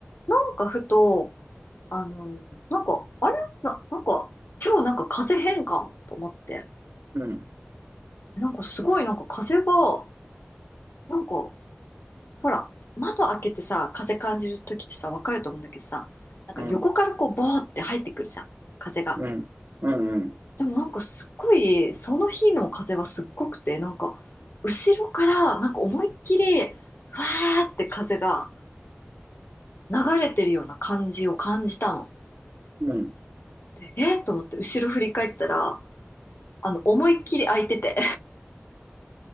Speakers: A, on the left; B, on the right.
A: う、なんかふと、あのーなんか、あれな、なんか、今日なんか風邪変かもと思って、
B: うん。
A: なんかすごいなんか風が、なんか、ほら、窓開けてさ、風感じるときってさ、わかると思うんだけどさ、なんか横からこう、
B: うん。
A: ボーって入ってくるじゃん、風が。
B: うん。うん。うん。
A: でもなんかすっごい、その日の風はすっごくて、なんか、後ろからなんか思いっきり、わーって風が流れてるような感じを感じたの。
B: うん
A: で、えーと思って後ろ振り返ったら、あの、思いっきり開いてて。